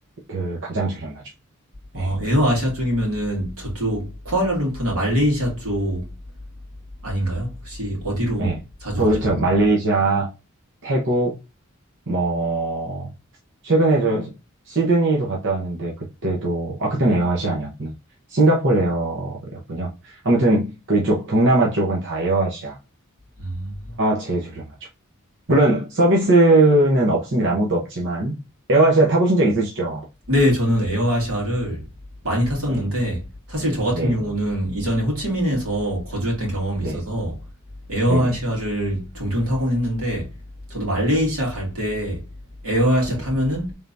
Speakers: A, on the right (about 60°); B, on the right (about 85°).
A: 그 가장 저렴하죠.
B: 아,
A: 예,
B: 에어아시아 쪽이면은 저쪽 쿠알라룸푸나 말레이시아 쪽 아닌가요? 혹시 어디로
A: 예.
B: 자주
A: 그저
B: 가셨나요?
A: 말레이시아, 태국, 뭐 최근에 저 시드니도 갔다 왔는데 그때도 아 그때는 에어아시아 아니었구나. 싱가포르 에어였군요. 아무튼 그쪽 동남아 쪽은 다 에어아시아가
B: 음.
A: 제일 저렴하죠. 물론 서비스는 없습니다. 아무것도 없지만 에어아시아 타보신 적 있으시죠?
B: 네, 저는 에어아시아를 많이 탔었는데,
A: 네,
B: 사실 저 같은
A: 네,
B: 경우는 이전에 호치민에서 거주했던 경험이
A: 네,
B: 있어서 에어아시아를
A: 네, 네,
B: 종종 타곤 했는데, 저도 말레이시아 갈 때 에어아시아
A: 네.
B: 타면은